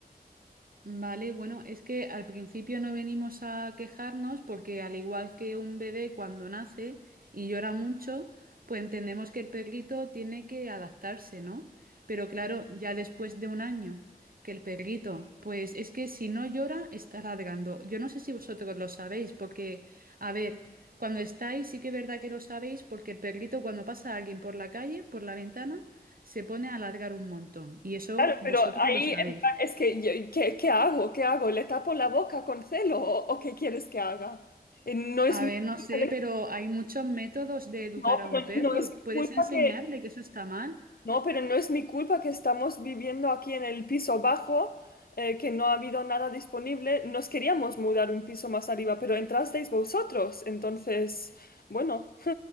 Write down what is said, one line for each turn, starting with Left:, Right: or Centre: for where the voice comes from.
Right: Vale, bueno, es que al principio no venimos a quejarnos porque al igual que un bebé cuando nace y llora mucho, pues entendemos que el perrito tiene que adaptarse, ¿no? Pero claro, ya después de un año que el perrito, pues es que si no llora, está ladrando. Yo no sé si vosotros lo sabéis porque, a ver, cuando estáis sí que es verdad que lo sabéis porque el perrito cuando pasa a alguien por la calle, por la ventana, se pone a ladrar un montón y eso
Left: Claro,
Right: vosotros
Left: pero ahí
Right: lo sabéis.
Left: en plan, es que, yo- ¿qué, qué hago? ¿Qué hago? ¿Le tapo la boca con celo o, o qué quieres que haga? Eh, no es
Right: A
Left: mi
Right: ver,
Left: culpa
Right: no sé,
Left: de-
Right: pero hay muchos métodos de educar
Left: no,
Right: a un
Left: pero
Right: perro.
Left: no es
Right: Puedes
Left: mi culpa
Right: enseñarle
Left: que,
Right: que eso está mal.
Left: no, pero no es mi culpa que estamos viviendo aquí en el piso bajo, eh, que no ha habido nada disponible. Nos queríamos mudar un piso más arriba, pero entrasteis vosotros. Entonces, bueno.